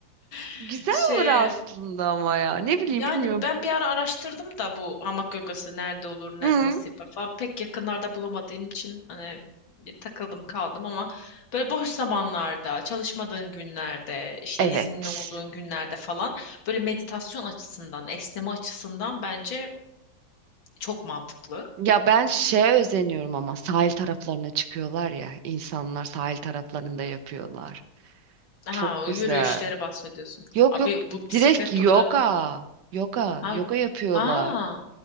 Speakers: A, on the left (about 85°); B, on the right (about 70°).
A: <laughs>
B: Güzel
A: Şeye
B: olur aslında ama ya. Ne bileyim
A: yani
B: bilmiyorum.
A: ben bir ara araştırdım da bu hamak yogası nerede olur ne,
B: Hı.
A: nasıl yapar falan pek yakınlarda bulamadığım için hani bir takıldım kaldım ama böyle boş zamanlarda çalışmadığın günlerde işte
B: Evet.
A: izinli olduğun günlerde falan böyle meditasyon açısından esneme açısından bence çok mantıklı.
B: Ya ben şeye özeniyorum ama sahil taraflarına çıkıyorlar ya. insanlar sahil taraflarında yapıyorlar.
A: Ha,
B: Çok güzel.
A: o yürüyüşleri bahsediyorsun.
B: Yok
A: Abi
B: yok
A: bu
B: direkt
A: bisiklet
B: yoga.
A: turları falan.
B: Yoga.
A: Ha,
B: Yoga yapıyorlar.
A: ha,